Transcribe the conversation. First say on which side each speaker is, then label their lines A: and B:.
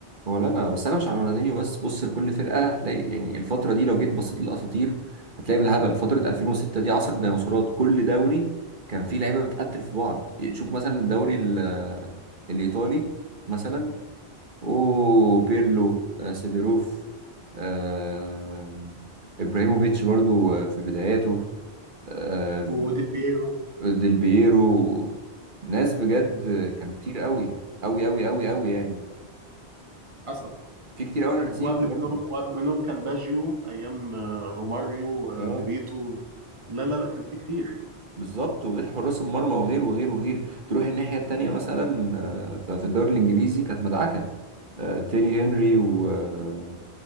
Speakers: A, on the right; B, on the right.
A: هو لا لا بس انا مش على رونالدينيو بس بص لكل فرقه هتلاقي يعني الفتره دي لو جيت بصيت للاساطير هتلاقي بالهبل فتره 2006 دي عصر الديناصورات كل دوري كان فيه لعيبه بتقتل في بعض شوف مثلا الدوري ال- الايطالي مثلا او بيرلو آه، سيدروف آه، ابراهيموفيتش برضو آه، في بداياته آه،
B: وديل بييرو
A: ديل بييرو ناس بجد كان كتير قوي قوي قوي قوي قوي يعني
B: حصل
A: في كتير قوي انا نسيهم
B: وقبل
A: برضو
B: منهم وقبل منهم كان باجيو ايام آه، روماريو آه،
A: اه
B: بيبيتو لا لا لا كان في كتير
A: بالظبط وغير حراس المرمى وغير وغير وغير تروح الناحية التانية مثلا آه، ف- في الدوري الإنجليزي كانت مدعكة آه، تيري هنري و... آه،